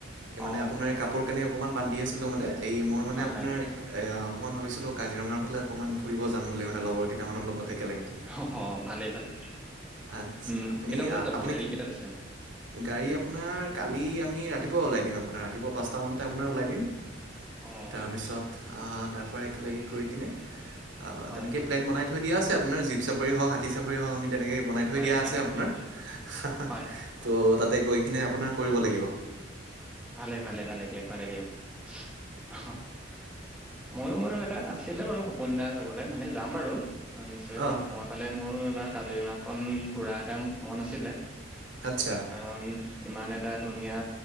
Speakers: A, on the right; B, in the centre.
A: মানে
B: অ'
A: আপোনাৰ কাপোৰ-কানি অকণমান বান্ধি আছিলোঁ মানে, এই মই মানে
B: হয়
A: আপোনাৰ-
B: হয়
A: এয়া অকণমান ভাবিছিলোঁ কাজিৰঙাৰ ফালে অকণমান ফুৰিব যাম বুলি মানে লগৰ কেইটামানৰ লগত একেলগে।
B: অ'হ', ভালেই-ভালেই।
A: আচ্ছা
B: উম'
A: আপুনি
B: কেইটা বজাত যাব
A: আপুনি
B: গাড়ী কেইটাত আছে?
A: গাড়ী আপোনাৰ কালি আমি ৰাতিপুৱা ওলাই দিম আপোনাৰ ৰাতিপুৱা পাঁচটামানতে ওলাই দিম।
B: অ'
A: তাৰপিছত
B: অ'
A: আঁহ' তাৰ পৰা একেলগে গৈ কেনে অঁ'
B: হয়
A: তেনেকে প্লেন বনাই থৈ দিয়া আছে আপোনাৰ জীপ চাফাৰী হওঁক, হাতী চাফাৰী হওঁক আমি তেনেকে বনাই থৈ
B: হয়
A: দিয়া
B: হয়
A: আছে আপোনাৰ। হা-হা,
B: হয়
A: ত' তা'তে গৈ কেনে আপোনাৰ কৰিব লাগিব।
B: ভালে-ভালে-ভালে দিয়ক, ভালে দিয়ক, অঁহ'। মইও বাৰু এটা আছিলে বাৰু সপোন এটা যাবলৈ মানে যাম বাৰু নিশ্চয়, কাৰণ
A: অঁ
B: সময়- পালে মোৰো এইবাৰ কাজিৰঙা খন ঘূৰা এটা মন আছিলে।
A: আচ্ছা
B: কাৰণ- ইমান এটা ধুনীয়া